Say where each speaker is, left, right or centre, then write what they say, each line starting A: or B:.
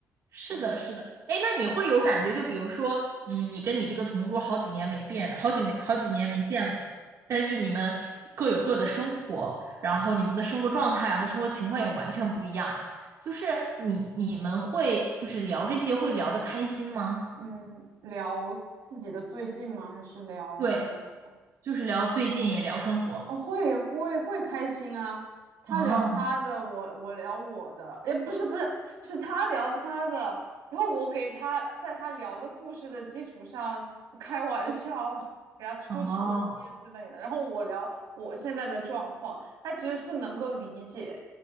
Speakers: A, on the right; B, on the right.
A: 是的，
B: 对，
A: 是的。哎，那你会有感觉，就比如说，嗯，你跟你这个同桌好几年没变，好几没好几年没见了，但是你们各有各的生活，然后你们的生活状态啊和生活情况也完全不一样，就是你你们会就是聊这些会聊得开心吗？
B: 嗯，聊自己的最近吗？还是聊生活？
A: 对。就是聊最近也聊生活。
B: 哦，会会会开心啊！他聊他的，
A: 啊
B: 我我聊我的，也不是不是，是他聊他的，然后我给他在他聊的故事的基础上开玩笑，给他出主意之类的，
A: 哦
B: 然后我聊我现在的状况，他其实是能够理解，